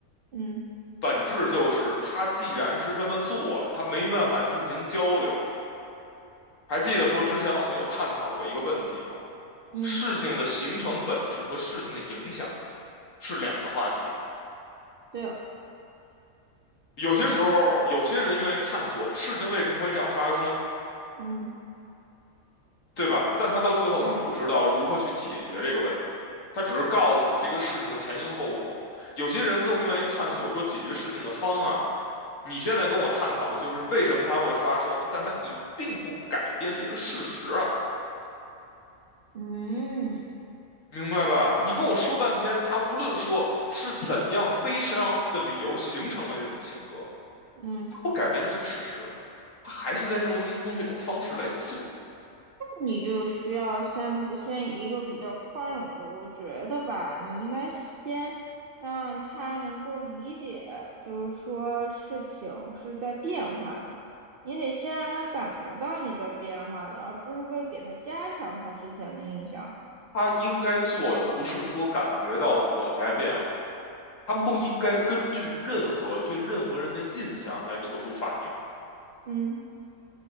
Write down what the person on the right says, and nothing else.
嗯
嗯，
对，
嗯
对，
嗯
嗯。
你就需要先先一个比较宽容的，我觉得吧，你应该先让他能够理解，就是说事情是在变化的，你得先让他感觉到你在变化的，而不是为给他加强他之前的印象。
嗯嗯